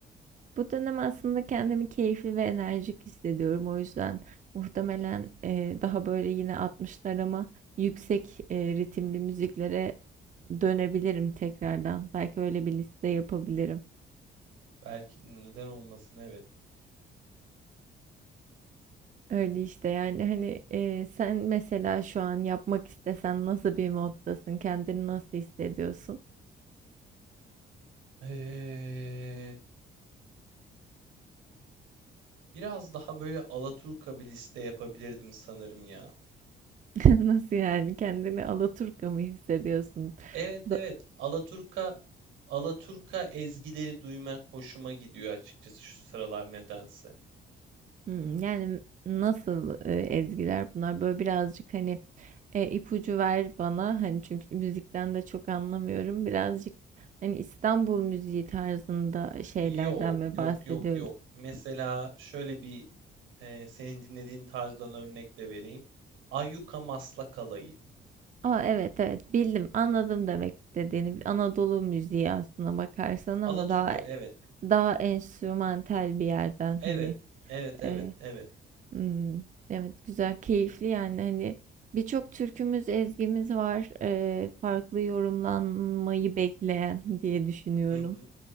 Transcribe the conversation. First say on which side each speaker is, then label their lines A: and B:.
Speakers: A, on the right (about 40°); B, on the right (about 80°).
A: Bu dönem aslında kendimi keyifli ve enerjik hissediyorum. O yüzden muhtemelen e, daha böyle yine 60'larıma yüksek e, ritimli müziklere dönebilirim tekrardan. Belki öyle bir liste yapabilirim.
B: Belki neden olmasın evet.
A: Öyle işte yani hani e, sen mesela şu an yapmak istesen nasıl bir moddasın? Kendini nasıl hissediyorsun?
B: Ee, biraz daha böyle Alaturka bir liste yapabilirdim sanırım ya.
A: <laughs> Nasıl yani? Kendini Alaturka mı hissediyorsun?
B: Evet
A: Do-
B: evet Alaturka Alaturka ezgileri duymak hoşuma gidiyor açıkçası şu sıralar nedense.
A: Hımm, yani nasıl, eee, ezgiler bunlar? Böyle birazcık, hani, eee, ipucu ver bana. Hani, çünkü müzikten de çok anlamıyorum. Birazcık, hani, İstanbul müziği tarzında şeylerden
B: Yok,
A: mi
B: yok,
A: bahsediyoruz?
B: yok, yok. Mesela şöyle bir e, senin dinlediğin tarzdan örnekle vereyim. Ayyuka Maslak Alayı.
A: A, evet, evet, bildim, anladım demek istediğini. Anadolu müziği aslına bakarsan ama
B: Alaturka,
A: daha
B: evet.
A: daha enstrümantal bir yerden, hani,
B: Evet, evet, evet,
A: e,
B: evet.
A: Hmm, evet güzel, keyifli yani hani birçok türkümüz, ezgimiz var. Eee, farklı yorumlanmayı bekleyen <laughs> diye düşünüyorum.
B: Hı hı,